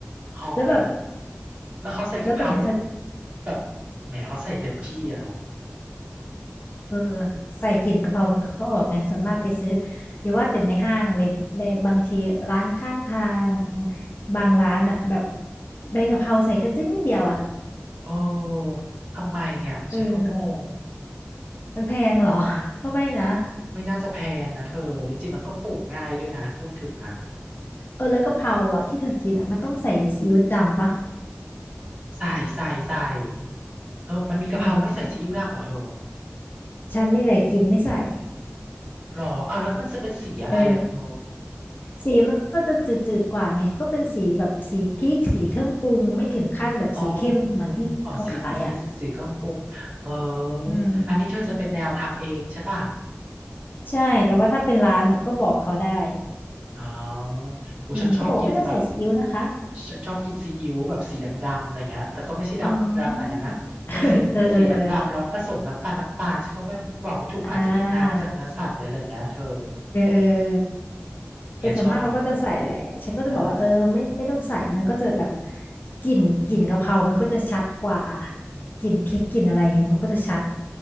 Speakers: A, on the right (about 30°); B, on the left (about 45°).
A: หอม
B: แล้วแบบ
A: แล้วเขาใส่กะเพรา
B: แล้วแบบนี้เธอ
A: แบบแหมเขาใส่เต็มที่อ่ะเนาะ
B: เออใส่กลิ่นกะเพรามันก็ออกไงส่วนมากไปซื้ออย่าว่าแต่ในห้างเลยในบางทีร้านข้างทางบางร้านอะแบบใบกะเพราใส่กระจิ้งเดียวอะ
A: เออทำไมอ่ะฉันก็งง
B: เออมันแพงเหรอก็ไม่นะ
A: ไม่น่าจะแพงนะเธอจริงๆมันก็ปลูกง่ายด้วยนะพูดถึงอ่ะ
B: เออแล้วกะเพราอะที่เธอกินอะมันต้องใส่ซีอิ๊วดำปะ
A: ใส่ใส่ใส่เธอมันมีกะเพราไม่ใส่ซีอิ๊วดำเหรอเธอ
B: อืม ฉันนี่แหละกินไม่ใส่
A: หรออ้าวแล้วมันจะเป็นสีอะไรอะเธอ
B: เออ สีมันก็จะจืดๆกว่าไงก็เป็นสีแบบสีพริกสีเครื่องปรุงไม่ถึงขั้นแบบสีเข้มเหมือนที่เขาขายอ่ะ
A: อ๋อสีพริกขี้หนูสีเครื่องปรุงเออ
B: อืม
A: อันนี้เธอจะเป็นแนวทำเองใช่ป่ะ
B: ใช่แต่ว่าถ้าเป็นร้านน่ะก็บอกเขาได้
A: อ๋ออูฉันชอบกินแบบ
B: อืมก็บอกว่าไม่ต้องใส่ซีอิ๊วนะคะ
A: ฉันชอบกินซีอิ๊วแบบสีดำๆอะไรเงี้ยแต่ก็ไม่ใช่ดำดำอย่างนั้นนะเป็นสีสีดำๆแล้วผสมน้ำตาลน้ำตาลฉันก็ไม่บอกไม่ถูกอาจจะเป็นน้ำจากเนื้อสัตว์หรืออะไรเงี้ยเธอ
B: อ๋อเออเออเอออ่า เออเออเออ
A: เงี้ยชอบ
B: แต่ส่วนมากเขาก็จะใส่แหละฉันก็จะบอกว่าเออไม่ไม่ต้องใส่มันก็จะแบบ
A: ใช่
B: กลิ่นกลิ่นกะเพรามันก็จะชัดกว่า
A: อืม
B: กลิ่นพริกกลิ่นอะไรเงี้ยมันก็จะชัด